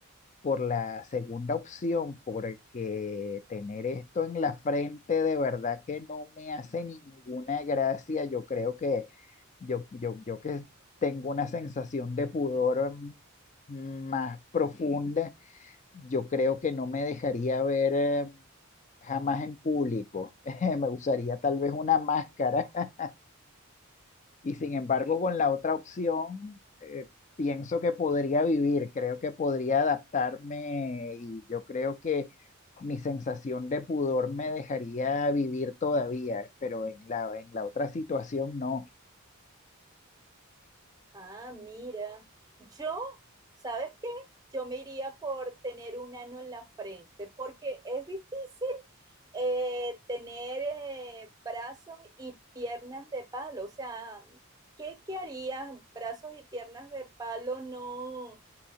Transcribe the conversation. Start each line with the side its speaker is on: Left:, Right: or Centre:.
Left: por la segunda opción, porque tener esto en la frente de verdad que no me hace ninguna gracia. Yo creo que yo, yo, yo que tengo una sensación de pudor mm, más profunda yo creo que no me dejaría ver eh, jamás en público. <laughs> Me usaría tal vez una máscara <laughs> y sin embargo con la otra opción eh, pienso que podría vivir, creo que podría adaptarme y yo creo que mi sensación de pudor me dejaría vivir todavía, pero en la, en la otra situación no.
Right: Ah, mira, yo, ¿sabes qué? Yo me iría por tener un ano en la frente porque es difícil eh, tener eh, brazos y piernas de palo. O sea, ¿qué, qué harías? Brazos y piernas de palo no,